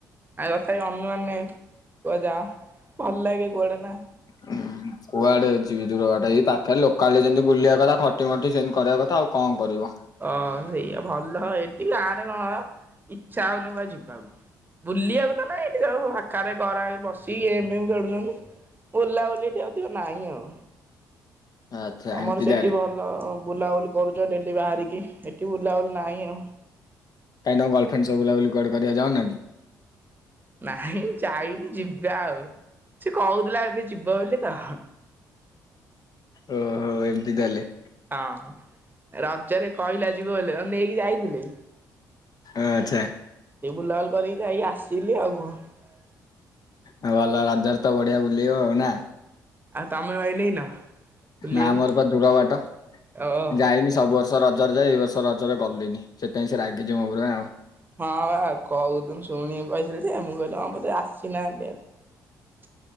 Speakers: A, on the right; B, on the left.
A: ଆଉ ତଥାପି ଅନୁମାନ ନାହିଁ କୁଆଡେ ଯାଅ? ଭଲ ଲାଗେ କୁଆଡେ ନା?
B: ହଁ କୁଆଡେ ଅଛିି ବି ଦୂରବାଟ ଏଇ ପାଖ ଖାଲି ଲୋକାଲରେ ଯେମିତି ବୁଲିବା କଥା। ଖଟିମଟି ସେନତି କରିବା କଥା ଆଉ କଣ କରିବ?
A: ହଁ ସେଇଆ ଭଲ। ଏଠି ଗାଁ ରେ କଣ ଇଚ୍ଛା ହଉନି କୁଆଡେ ଯିବାକୁ। ବୁଲିବାକୁ ତ ନାଇଁ ଏଠି ସବୁ ପାଖରେ ଘର ଆଗରେ ବସିକି ଗେମ ଫେମ ଖେଳୁଛନ୍ତି। ବୁଲାବୁଲି ଏଠି ଅଧିକ ନାହିଁ ଆଉ।
B: ଆଚ୍ଛା
A: ତମର
B: ଏମିତି
A: ସେଠି
B: ତାହେଲେ
A: ଭଲ ବୁଲାବୁଲି କରୁଛ ଡେଲି ବାହାରିକି। ଏଠି ବୁଲାବୁଲି ନାହିଁ ଆଉ।
B: କାଇଁ ତମ ଗାର୍ଲଫ୍ରେଣ୍ଡ ସହ ବୁଲାବୁଲି କୁଆଡେ କରିବାକୁ ଯାଉନ କି?
A: ନାହିଁ ଯାଇନି ଯିବା ଆଉ। ସେ କହୁଥିଲା ଏବେ ଯିବ ବୋଲି ତ।
B: ଓହୋ ଏମତି ତାହେଲେ।
A: ହଁ ରଜରେ କହିଲା ଯିବୁ ବୋଲି ଆ ନେଇକି ଯାଇଥିଲି।
B: ଆଚ୍ଛା।
A: ସେ ବୁଲାବୁଲି କରିକି ଯାଇକି ଆସିଲି ଆଉ କଣ।
B: ଆଉ ଭଲ ରଜରେ ତ ବଢିଆ ବୁଲି ଲ ନା।
A: ଆଉ ତମେ ଭାଇ ନେଇନ ବୁଲିବାକୁ
B: ନା ଆମର ପା ଦୂର ବାଟ
A: ଓହୋ।
B: ଯାଇନି ସବୁ ବର୍ଷ ରଜରେ ଯାଏ ଏଇ ବର୍ଷ ରଜରେ ଗଲିନି ସେଥିପାଇଁ ସେ ରାଗିଚି ମୋ ଉପରେ।
A: ହଁ ବା କୋହୁଥୁ ଶୁଣି ପା <unintelligible> ମୁଁ କହିଲି ମୁଁ କହିଲି ଆମରତ ଆସି ନାହାନ୍ତି ଆଉ।